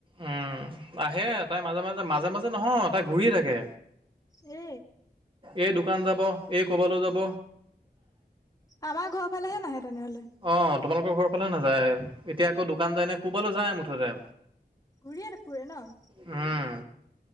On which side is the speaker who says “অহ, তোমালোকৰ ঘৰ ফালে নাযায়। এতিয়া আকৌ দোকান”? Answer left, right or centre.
Right